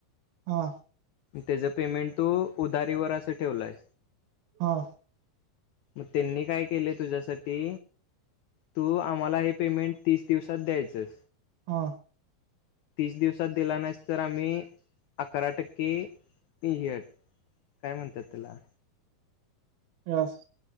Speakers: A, on the right; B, on the left.
A: हा.
B: त्याचं पेमेंट तू उदारीवर असं ठेवलं आहे.
A: हा.
B: मग त्यांनी काय केलं तुझ्यासाठी तू. आम्हाला हे पेमेंट तीस दिवसात द्यायचच.
A: हा
B: तीस दिवसात दिला नाही तर आम्ही अकरा टक्के घ. काय म्हणतात त्याला.
A: व्याज.